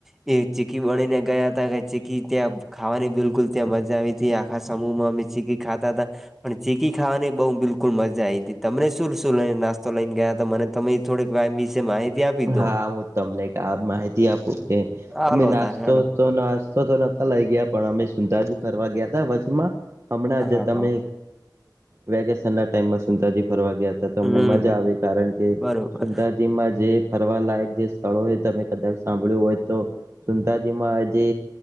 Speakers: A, in the centre; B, on the right (about 40°).
A: એ ચીકી બનીને ગયા હતા કે ચીકી ત્યાં ખાવાની બિલકુલ ત્યાં મજા આવી હતી આખા સમૂહમાં અમે ચીકી ખાતા હતા પણ ચીકી ખાવાની બહુ બિલકુલ મજા આવી હતી તમને શું શું લઈને નાસ્તો લઈને ગયા. મને તમે થોડીક વિશે માહિતી આપી
B: હા
A: દો
B: હું તમને આ માહિતી આપું કે
A: હાલો
B: અમે નાસ્તો
A: તાર હેડો
B: તો નાસ્તો તો નોતા લઈ ગયા પણ અમે સુંંધાજી ફરવા ગયા હતા વચમાં હમણાં જ
A: હા
B: તમે
A: હા
B: વેકેશના ટાઈમે સુંદરાજીમાં ફરવા ગયા
A: હમ
B: અમને મજા આવે કારણ કે
A: બરોબર
B: સુંદરાજીમાં જે ફરવાલાયક જે સ્થળો તમે કદાચ સાંભળ્યું હોય તો સુંદરાજીમાં જે